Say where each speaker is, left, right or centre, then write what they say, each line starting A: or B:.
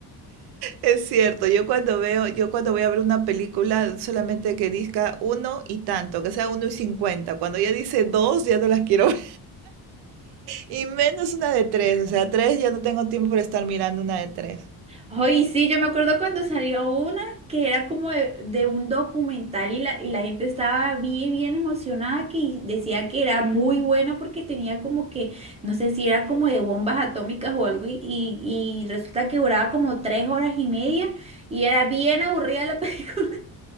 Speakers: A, on the right (about 75°); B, on the right (about 15°).
A: Es cierto, yo cuando veo, yo cuando voy a ver una película solamente que diga uno y tanto, que sea uno y cincuenta. Cuando ya dice dos, ya no las quiero ver. Y menos una de tres, o sea, tres ya no tengo tiempo para estar mirando una de tres.
B: Ay, sí, yo me acuerdo cuando salió una que era como de, de un documental y la, y la gente estaba bien, bien emocionada que decía que era muy buena porque tenía como que, no sé si era como de bombas atómicas o algo y, y- y resulta que duraba como tres horas y media y era bien aburrida la, <laughs>